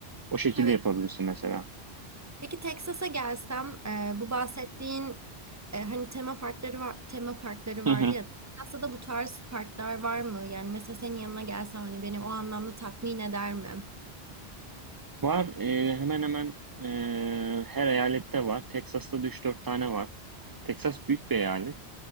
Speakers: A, on the right; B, on the right.
A: O şekilde
B: Evet
A: yapabilirsin mesela.
B: Peki Texas'a gelsem e, bu bahsettiğin e, hani tema parkları var, tema parkları vardı
A: Hı hı.
B: ya. Texas'ta da bu tarz parklar var mı? Yani mesela senin yanına gelsem hani beni o anlamda tatmin eder mi?
A: Var e, hemen hemen e, her eyalette var. Texas'ta da 3-4 tane var. Texas büyük bir eyalet.